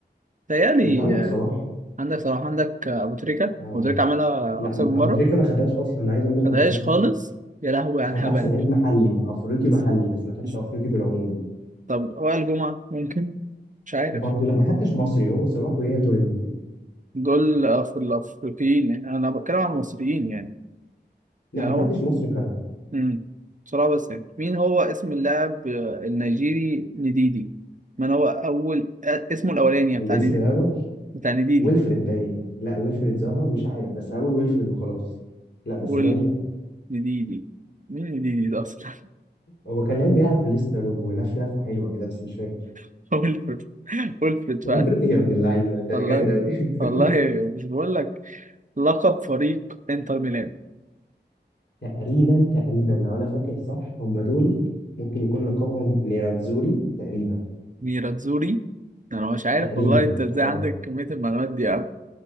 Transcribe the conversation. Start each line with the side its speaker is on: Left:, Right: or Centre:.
Right: تهيألي
Left: ما انت عندك
Right: آه،
Left: صلاح
Right: عندك صلاح عندك آه، ابو تريكة
Left: اه
Right: ابو تريكة عملها
Left: لا
Right: اكتر من
Left: ابو
Right: مرة
Left: تريكه ما خدهاش اصلا عايز اقول لك
Right: خدهاش
Left: ما خدهاش
Right: خالص
Left: اصلا
Right: يا لهوي على
Left: خد
Right: الهبل
Left: احسن لعيب محلي افريقي
Right: إز-
Left: محلي بس ما خدش
Right: إز-
Left: افريقي في العموم
Right: طب وائل جمعة ممكن مش عارف
Left: برضه لا ما حدش مصري هو صلاح ويا توري ممكن
Right: دول أف- الأفريقيين يعني أنا بتكلم عن المصريين يعني
Left: لا
Right: لا
Left: ما
Right: هو
Left: حدش مصري خدها
Right: مم. بسرعة بس يعني مين هو اسم اللاعب آه، النيجيري نديدي من هو أول آه، اسمه الأولاني يعني،
Left: الاسم
Right: بتاع نديدي
Left: الاول
Right: بتاع نديدي
Left: ويلفريد باين لا ويلفريد زاها مش عارف بس هقول ويلفريد وخلاص لا بس
Right: ويل
Left: بعيده
Right: نديدي مين نديدي ده أصلا
Left: هو كان لعيب بيلعب في ليستر ولف لفه حلوه كده بس مش فاكر
Right: <laughs> ويلفرد ويلفرد فعلا
Left: ويلفريد ايه يا ابن اللعيبه ده
Right: والله
Left: انا جامد قوي <laughs>
Right: والله مش بقول لك لقب فريق انتر ميلان
Left: تقريبا تقريبا لو انا فاكر صح هم دول ممكن يكون لقبهم نيراتزوري تقريبا
Right: ميراتزوري انا مش عارف
Left: تقريبا
Right: والله انت ازاي
Left: اه
Right: عندك كمية المعلومات دي يا عم